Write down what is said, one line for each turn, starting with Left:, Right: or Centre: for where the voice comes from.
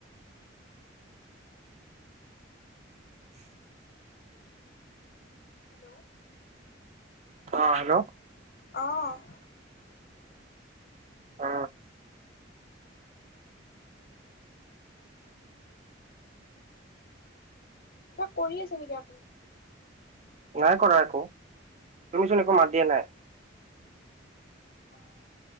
Right: <inaudible>
Left: হেল্ল'।
Right: অ' হেল্ল'।
Left: অ'।
Right: অ
Left: কিবা কৰি আছে নেকি আপুনি?
Right: নাই কৰা একো, তুমিচোন একো মাত দিয়া নাই।
Left: অ',